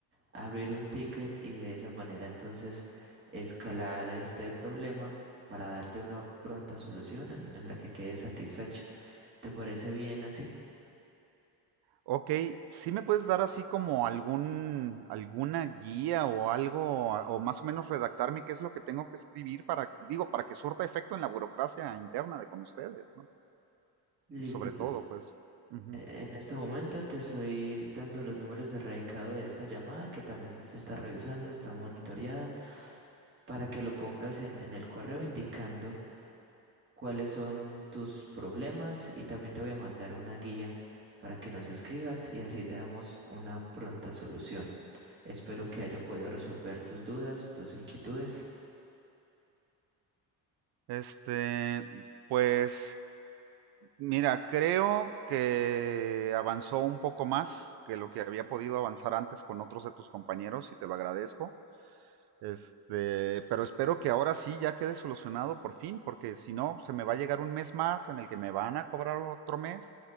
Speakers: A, on the right; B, on the right.
A: abrir un ticket y de esa manera entonces escalar este problema para darte una pronta solución en, en la que quedes satisfecho. ¿Te parece bien así?
B: Ok, ¿sí me puedes dar así como algún, alguna guía o algo, a- o más o menos redactarme qué es lo que tengo que escribir para, digo, para que surta efecto en la burocracia interna de con ustedes, ¿no?
A: Listo,
B: Sobre
A: pues.
B: todo, pues. Ujú.
A: eh, En este momento te estoy dando los números de radicado de esta llamada que también se está revisando, está monitoreada, para que lo pongas en en el correo indicando cuáles son tus problemas y también te voy a mandar una guía para que nos escribas y así te damos una pronta solución. Espero que haya podido resolver tus dudas, tus inquietudes.
B: Este, pues, mira, creo que avanzó un poco más que lo que había podido avanzar antes con otros de tus compañeros y te lo agradezco. Este, pero espero que ahora sí ya quede solucionado por fin, porque si no, se me va a llegar un mes más en el que me van a cobrar otro mes